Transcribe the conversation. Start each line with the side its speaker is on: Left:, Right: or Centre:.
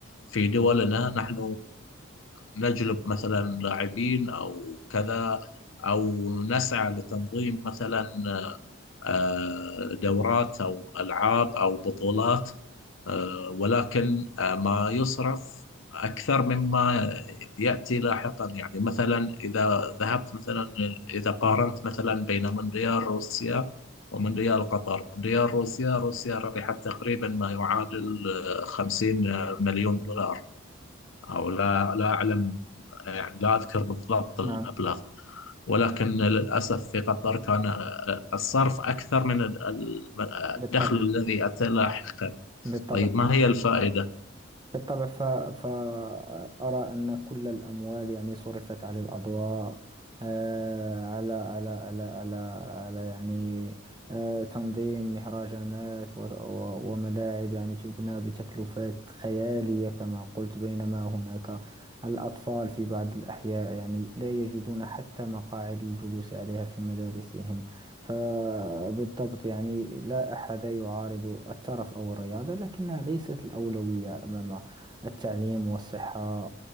Left: في دولنا نحن نجلب مثلا لاعبين أو كذا أو نسعى لتنظيم مثلا آه، دورات أو ألعاب أو بطولات آه، ولكن آه، ما يصرف أكثر مما يأتي لاحقا يعني مثلا إذا ذهبت مثلا إذا قارنت مثلا بين مونديال روسيا ومونديال قطر مونديال روسيا روسيا ربحت تقريبا ما يعادل آه، 50 مليون دولار أو لا لا أعلم يعني لا أذكر بالضبط
Right: نعم
Left: المبلغ ولكن للأسف في قطر كان الصرف أكثر من الدخل
Right: بالطبع
Left: الذي أتى لاحقا
Right: بالطبع
Left: طيب ما هي الفائدة؟
Right: بالطبع ف... فأرى أن كل الأموال يعني صرفت على الأضواء آه، على على على على على يعني آه، تنظيم مهرجانات و... و... وملاعب يعني تبنى بتكلفات خيالية كما قلت بينما هناك الأطفال في بعض الأحياء يعني لا يجدون حتى مقاعد للجلوس عليها في مدارسهم فبالضبط يعني لا أحد يعارض الترف أو الرياضة لكنها ليست الأولوية أمامها التعليم والصحة